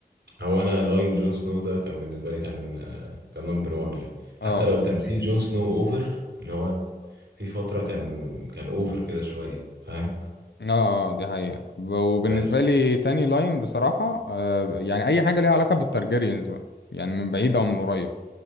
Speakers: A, on the right; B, on the left.
A: هو انا لاين جون سنو ده كان بالنسبه لي كان آه، كان نمبر 1 يعني
B: اه
A: حتى لو تمثيل جون سنو اوفر اللي هو في فتره كان كان اوفر كده شويه فاهم
B: اه آه، دي حقيقة ب- وبالنسبة
A: بس
B: لي تاني لاين بصراحة آه يعني أي حاجة ليها علاقة بالتارجيريانز بقى يعني من بعيد أو من قريب